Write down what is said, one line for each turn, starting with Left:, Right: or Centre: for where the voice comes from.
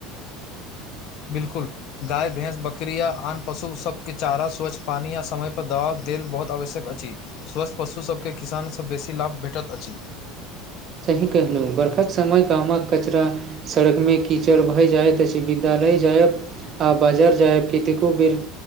Left: बिलकुल गाय भैंस बकड़ीया आन पशु सबके चारा स्वच्छ पानी आ समय पर दवा देल बहुत आवश्यक अछि स्वस्थ पशु सभ के किसान सभ बेसी लाभ भेटैत अछि
Right: सही कहलहुँ बर्खाक समय गामक कचरा सड़कमे कीचड़ भए जायत अछि विद्यालय जायत आ बाजार जायब कतेको बेर